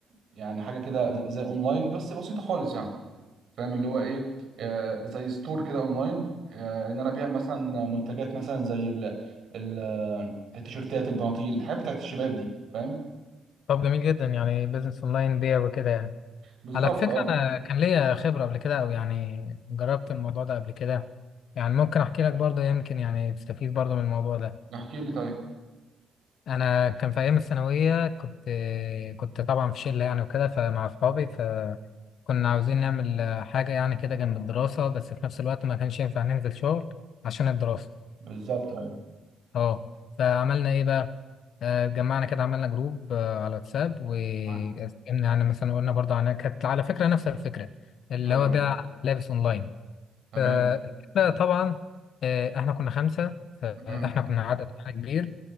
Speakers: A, on the right (about 65°); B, on the left (about 70°).
A: يعني حاجه كده زي اونلاين بس بسيطه خالص يعني فاهم اللي هو ايه آه زي ستور كده اونلاين آه ان انا ابيع مثلا منتجات مثلا زي ال ال آه، التيشيرتات البناطيل الحاجات بتاعت الشباب دي فاهم
B: طب جميل جدا يعني بيزنس اونلاين بيع وكده يعني
A: بالظبط
B: على فكرة
A: اه
B: أنا كان ليا خبرة قبل كده أو يعني جربت الموضوع ده قبل كده يعني ممكن أحكي لك برضه يمكن يعني تستفيد برضه من الموضوع ده
A: احكي لي طيب
B: أنا كان في أيام الثانوية كنت كنت طبعا في شلة يعني وكده فمع أصحابي فكنا عاوزين نعمل حاجة يعني كده جنب الدراسة بس في نفس الوقت ما كانش ينفع ننزل شغل عشان الدراسة
A: بالظبط ايوه
B: اه فعملنا ايه بقى آه، اتجمعنا كده عملنا جروب آه، على واتساب واتكلمنا
A: ايوه
B: يعني مثلا قلنا برضه عن كانت على فكره نفس الفكره اللي
A: أيوة،
B: هو بيع لابس اونلاين
A: تمام
B: فالفكره طبعا آه، احنا كنا خمسه فاحنا
A: امم
B: كنا عدد يعني كبير